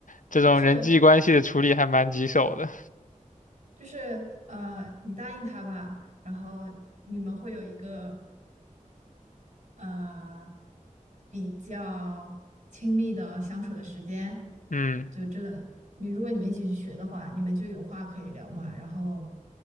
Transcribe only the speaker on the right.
就是就是呃，你答应他吧，然后你们会有一个呃比较亲密的相处的时间，
就真的你如果你们一起去学的话，你们就有话可以聊嘛，然后